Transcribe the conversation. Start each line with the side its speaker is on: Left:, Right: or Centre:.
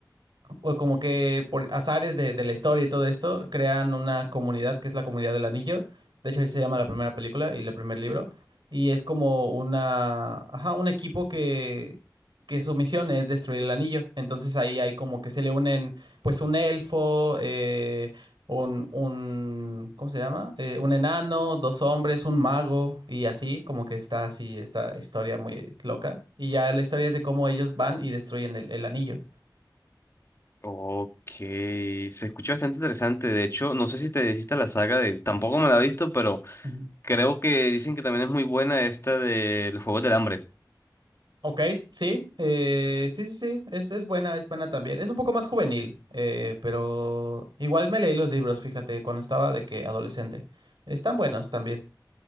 Right: o como que por azares de, de la historia y todo esto, crean una comunidad que es la Comunidad del Anillo. De hecho, así se llama la primera película y el primer libro. Y es como una, ajá, un equipo que, que su misión es destruir el anillo. Entonces ahí hay como que se le unen, pues, un elfo, eh, un, un, ¿cómo se llama? Eh, un enano, dos hombres, un mago y así, como que está así esta historia muy loca. Y ya la historia es de cómo ellos van y destruyen el el anillo.
Left: Ok, se escucha bastante interesante. De hecho, no sé si te hiciste la saga de... Tampoco me la he visto, pero
Right: Ujú.
Left: creo que dicen que también es muy buena esta del Juego del Hambre.
Right: Ok, sí, eh, sí, sí, sí, es, es buena, es buena también. Es un poco más juvenil, eh, pero igual me leí los libros, fíjate, cuando estaba de que adolescente. Están buenos también.